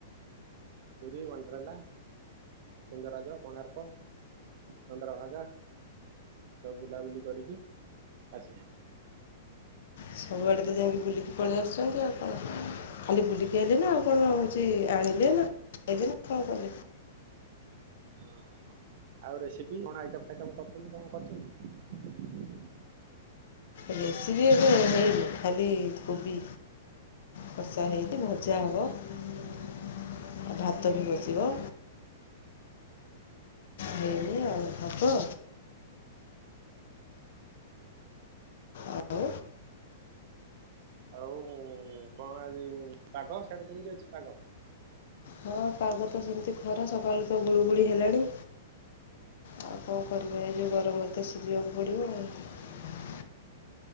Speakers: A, on the right (about 50°); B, on the left (about 60°).
A: ପୁରି, ୱେଣ୍ଡରାଲା, ଲିଙ୍ଗରାଜ, କୋଣାର୍କ, ଚନ୍ଦ୍ରଭାଗା ସବୁ ବୁଲାବୁଲି କରିକି ଆସିଲୁ।
B: ସବୁଆଡେ ତ ଯାଇକି ବୁଲିକି ପଳେଇ ଆସିୁଚନ୍ତି ଆଉ କଣ ଖାଲି ବୁଲିକି ଆଇଲେ ନା ଆଉ କଣ ହୋଉଚି ଆଣିଲେ ନା ଯାଇଥିଲେ କଣ କଲେ?
A: ହଁ ଆଉ ରେସିପି କଣ ଆଇଟମ୍ ଫାଇଟମ୍ କରୁଚନ୍ତି, କଣ କରୁଚନ୍ତି?
B: ରେସିପି ଏବେ ହେଇନି ଖାଲି କୋବି କଷା ହେଇଚି। ଭଜା ହବ ଆଉ ଭାତ ବି ବସିବ ହେଇନି ଆଉ ହବ। ଆଉ
A: ଆଉ କଣ ଆଜି ପାଗ ସିଆଡେ କେମିତି ଅଛି ପାଗ?
B: ହଁ ପାଗ ତ ସେମିତି ଖରା ସକାଳୁ ତ ଗୁଳୁଗୁଳି ହେଲାଣି ଆଉ କଣ କରିବା ଏଇ ଯୋଉ ଗରମରେ ତ ସିଝିବାକୁ ପଡିବ ଆଉ।